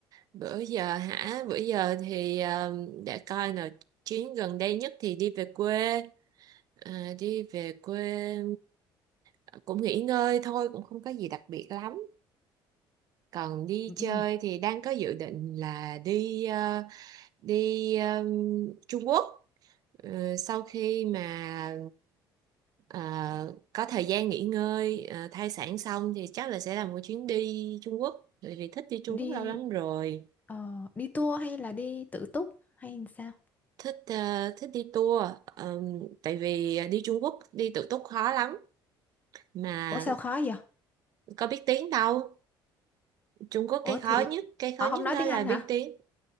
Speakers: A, on the right (about 45°); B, on the left (about 20°).
A: Bữa giờ hả? Bữa giờ thì ờ, để coi nào chuyến gần đây nhất thì đi về quê. À, đi về quê ờ, cũng nghỉ ngơi thôi cũng không có gì đặc biệt lắm còn đi
B: Ừ,
A: chơi thì đang có dự định là đi ờ, đi ờ, Trung Quốc Ờ, sau khi mà ờ, có thời gian nghỉ ngơi ờ, thai sản xong thì chắc là sẽ làm một chuyến đi Trung Quốc bởi vì thích đi Trung
B: đi
A: Quốc lâu lắm rồi
B: ờ, đi tour hay là đi tự túc hay sao
A: thích ờ, thích đi tour Ờ, tại vì đi Trung Quốc đi tự túc khó lắm mà
B: ủa sao khó vậy
A: có biết tiếng đâu Trung Quốc
B: ủa
A: cái khó
B: thì
A: nhất cái khó
B: họ
A: nhất
B: không nói
A: đó
B: tiếng
A: là
B: Anh
A: biết
B: hả?
A: tiếng